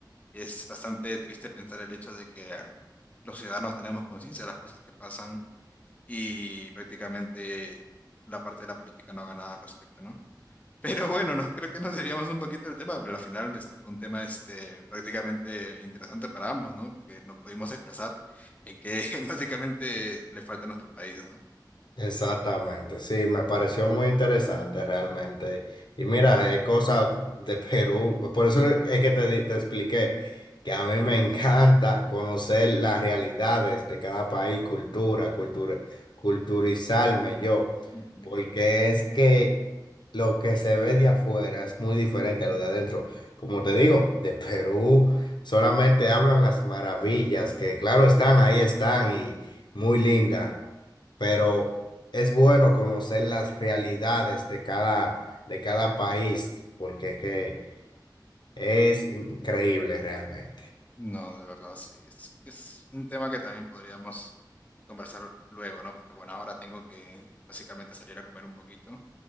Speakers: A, on the left; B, on the left.
A: Es bastante triste pensar el hecho de que los ciudadanos tenemos conciencia de las cosas que pasan y prácticamente la parte de la política no haga nada al respecto, ¿no? <laughs> Pero bueno, no, creo que nos desviamos un poquito del tema, pero al final este fue un tema este, prácticamente interesante para ambos, ¿no? Que nos pudimos expresar en qué <laughs> básicamente le falta a nuestro país, ¿no?
B: Exactamente, sí, me pareció muy interesante realmente. Y mira, es cosa de Perú, por eso es que te, di- te expliqué que a mí me encanta conocer las realidades de cada país, cultura, cultura, culturizarme yo,
A: Ujú.
B: porque es que lo que se ve de afuera es muy diferente a lo de adentro. Como te digo, de Perú solamente hablan las maravillas, que claro están, ahí están y muy lindas pero es bueno conocer las realidades de cada, de cada país, porque que es increíble realmente.
A: No, de verdad, sí. Es, es un tema que también podríamos conversar luego, ¿no? Porque bueno, ahora tengo que básicamente salir a comer un poquito.